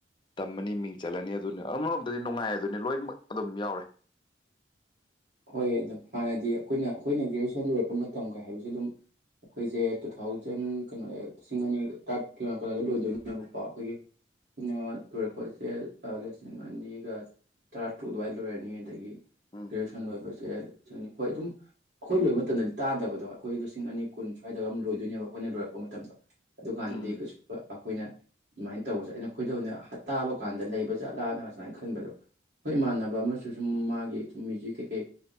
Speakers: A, on the left; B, on the right.
A: ꯇꯝꯃꯅꯤ ꯃꯤꯡ ꯆꯠꯂꯅꯤ ꯑꯗꯨꯅ ꯑꯃꯔꯣꯝꯗꯗꯤ ꯅꯨꯡꯉꯥꯏ ꯑꯗꯨꯅꯤ ꯂꯣꯏꯅꯃꯛ ꯑꯗꯨꯝ ꯌꯥꯎꯔꯦ
B: ꯍꯣꯏ ꯑꯗꯨꯝ ꯍꯥꯟꯅꯗꯤ ꯑꯩꯈꯣꯏꯅ ꯑꯩꯈꯣꯏꯅ ꯒ꯭ꯔꯦꯖꯨꯋꯦꯁꯟ ꯂꯣꯏꯔꯛꯄ ꯃꯇꯝꯒ ꯍꯥꯏꯕꯁꯦ ꯑꯗꯨꯝ ꯑꯩꯈꯣꯏꯁꯦ ꯇꯨ ꯊꯥꯎꯖꯟ ꯀꯩꯅꯣꯗ ꯂꯤꯁꯤꯡ ꯑꯅꯤꯒ ꯇꯥ ꯀꯩꯅ ꯀꯩꯅꯣꯗ ꯂꯣꯏꯗꯣꯏꯅꯦꯕꯀꯣ ꯑꯩꯈꯣꯏꯒꯤꯈꯅ ꯂꯣꯏꯔꯛꯄꯁꯦ ꯂꯤꯁꯤꯡ ꯑꯅꯤꯒ ꯇꯔꯥꯇꯔꯨꯛ ꯑꯗꯨꯋꯥꯏꯗ ꯂꯣꯏꯔꯅꯤ ꯑꯗꯒꯤ
A: ꯎꯝ
B: ꯦ ꯍꯣꯏ ꯑꯗꯨꯝ ꯑꯩꯈꯣꯏ ꯂꯣꯏꯕ ꯃꯇꯝꯗꯗꯤ ꯇꯥꯗꯕꯗꯣ ꯑꯩꯈꯣꯏ ꯂꯤꯁꯤꯡ ꯑꯅꯤ ꯀꯨꯟ ꯁ꯭ꯋꯥꯏꯗꯒ ꯑꯃꯝ ꯂꯣꯏꯗꯣꯏꯅꯦꯕ ꯑꯩꯈꯣꯏꯅ ꯂꯣꯏꯔꯛꯄ ꯃꯇꯝꯗꯣ ꯑꯗꯨꯀꯥꯟꯗꯗꯤ
A: ꯎꯝ
B: ꯀꯩ ꯑꯩꯈꯣꯏꯅ ꯑꯗꯨꯃꯥꯏꯅ ꯇꯧꯕꯁꯦ ꯑꯩꯅ ꯑꯩꯈꯣꯏꯗ ꯑꯣꯏꯅ ꯇꯥꯕ ꯀꯥꯟꯗ ꯂꯩꯕ ꯖꯠꯂꯥꯅ ꯁꯨꯃꯥꯏꯅ ꯈꯟꯕꯗꯣ ꯑꯩꯈꯣꯏ ꯏꯃꯥꯟꯅꯕ ꯑꯃꯁꯨ ꯁꯨꯝ ꯃꯥꯒꯤ ꯁꯨꯝ ꯃ꯭ꯌꯨꯖꯤꯛ ꯀꯩꯀꯩ